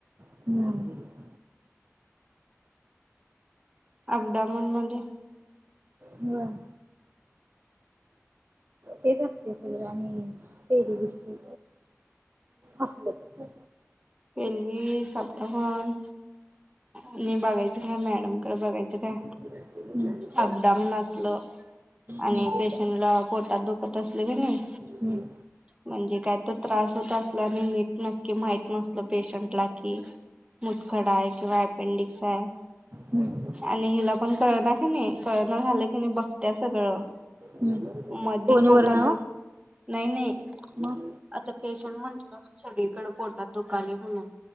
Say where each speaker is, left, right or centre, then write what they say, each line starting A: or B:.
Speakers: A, on the right (about 45°); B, on the right (about 20°).
A: हम्म
B: आप डाऊन म्हणजे?
A: बर! तेच असते सगळ आणि टेलिव्हिजन. असलं तर
B: रल्वी साप्टहन मी बघायच काय, मॅडमकडे बघायचं काय.
A: हम!
B: अपडाऊन असल आणि
A: हम्म
B: पेशंटला पोटात दुखत असलं की नाही
A: हम्म!
B: म्हणजे काय तर त्रास होत असला, आणि नीट नक्की माहि नसल पेशंट ला कि मुतखडा आहे, किंवा अपेंडिक्स आहे.
A: हम्म
B: आणि हिला पण कळना की नाही कळना झालं की नाही बघत्या सगळं.
A: हम्म
B: मधी
A: फोनवर
B: पोटात
A: ना
B: दुख नाही, नाही
A: मग
B: आता पेशंट म्हटलं सगळीकडे पोटात दुखायले म्हणून